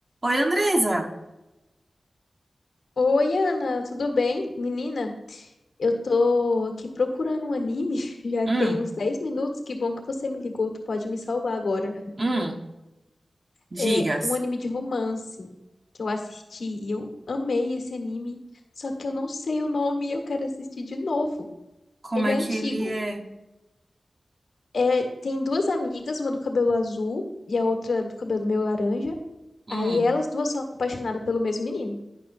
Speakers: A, on the right (about 40°); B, on the left (about 80°).
A: Oi, Andresa.
B: Oi, Ana, tudo bem? Menina, eu tô aqui procurando um anime, <laughs> já
A: Hum,
B: tem uns 10 minutos, que bom que você me ligou, tu pode me salvar agora.
A: hum, Digas,
B: É um anime de romance que eu assisti e eu amei esse anime, só que eu não sei o nome e eu quero assistir de novo.
A: como
B: Ele
A: é
B: é antigo.
A: que ele é?
B: É, tem duas amigas, uma do cabelo azul e a outra do cabelo meio laranja.
A: hum,
B: Aí elas duas são apaixonadas pelo mesmo menino.